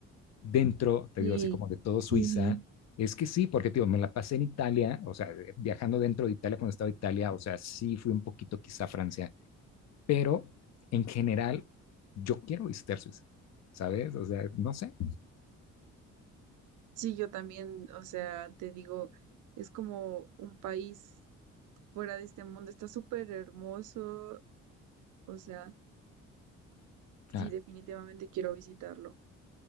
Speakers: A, on the left (about 60°); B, on the right (about 80°).
A: dentro, te
B: Sí,
A: digo, así como de todo
B: sí,
A: Suiza.
B: sí.
A: Es que sí, porque, te digo, me la pasé en Italia, o sea, eh, viajando dentro de Italia cuando estaba en Italia, o sea, sí fui un poquito quizá a Francia, pero en general, yo quiero visitar Suiza, ¿sabes? O sea, no sé.
B: Sí, yo también, o sea, te digo, es como un país fuera de este mundo, está súper hermoso, o sea,
A: Ah,
B: sí, definitivamente quiero visitarlo,